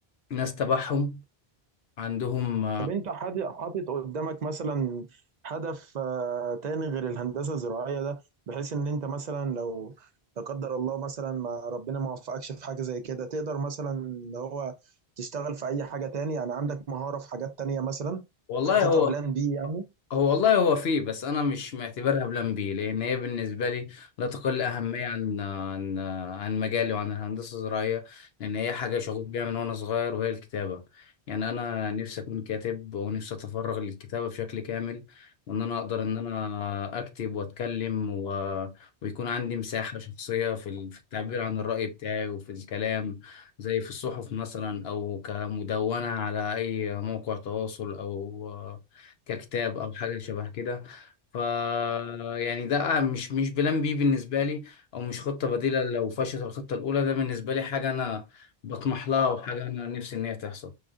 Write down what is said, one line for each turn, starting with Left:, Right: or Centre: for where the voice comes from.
Left: ناس تبعهم عندهم
Right: طب انت حاطط حاطط قدامك مثلا هدف آه، تاني غير الهندسه الزراعيه ده بحيث ان انت مثلا لو لا قدر الله مثلا ما ربنا ما وفقكش في حاجه زي كده تقدر مثلا اللي هو تشتغل في اي حاجه تاني يعني عندك مهاره في حاجات تانيه مثلا
Left: والله
Right: حاططها
Left: هو
Right: بلان بي يعني
Left: هو والله هو فيه بس انا مش معتبرها بلان بي لان هي بالنسبه لي لا تقل اهميه عن عن عن مجالي وعن الهندسه الزراعيه لان هي حاجه شغوف بيها من وانا صغير وهي الكتابه يعني انا نفسي اكون كاتب ونفسي اتفرغ للكتابه بشكل كامل وان انا اقدر ان انا اكتب واتكلم و... ويكون عندي مساحه شخصيه في ال- في التعبير عن الراي بتاعي وفي الكلام زي في الصحف مثلا او كمدونه على اي موقع تواصل او ككتاب او حاجه شبه كده ف يعني ده مش مش بلان بي بالنسبه لي او مش خطه بديله لو فشلت الخطه الاولى ده بالنسبه لي حاجه انا بطمح لها وحاجه انا نفسي ان هي تحصل